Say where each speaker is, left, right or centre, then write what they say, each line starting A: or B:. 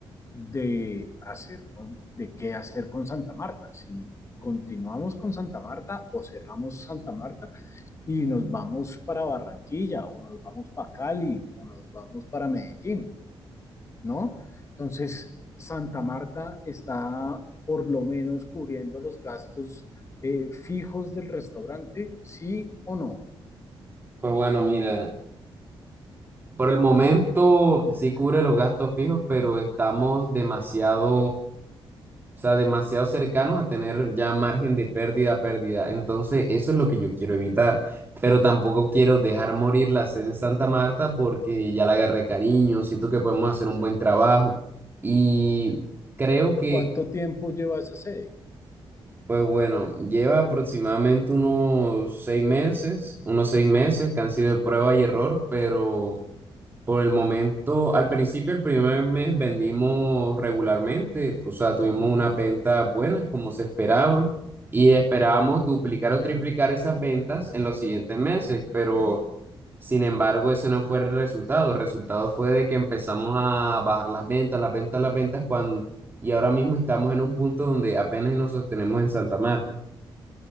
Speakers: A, on the left; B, on the right.
A: de hacer con- de qué hacer con Santa Marta, si continuamos con Santa Marta o cerramos Santa Marta y nos vamos para Barranquilla o nos vamos para Cali o nos vamos para Medellín, ¿no? Entonces, Santa Marta está por lo menos cubriendo los gastos eh, fijos del restaurante, sí o no.
B: Pues bueno, mira, por el momento sí cubre los gastos fijos, pero estamos demasiado O sea, demasiado cercanos a tener ya margen de pérdida pérdida. Entonces, eso es lo que yo quiero evitar. Pero tampoco quiero dejar morir la sede en Santa Marta porque ya la agarré cariño, siento que podemos hacer un buen trabajo. Y creo que,
A: ¿Cuánto tiempo lleva esa sede?
B: pues bueno, lleva aproximadamente unos seis meses, unos seis meses que han sido de prueba y error, pero por el momento, al principio, el primer mes vendimos regularmente, o sea, tuvimos una venta buena como se esperaba y esperábamos duplicar o triplicar esas ventas en los siguientes meses, pero sin embargo, ese no fue el resultado. El resultado fue de que empezamos a bajar las ventas, las ventas, las ventas, cuando, y ahora mismo estamos en un punto donde apenas nos sostenemos en Santa Marta.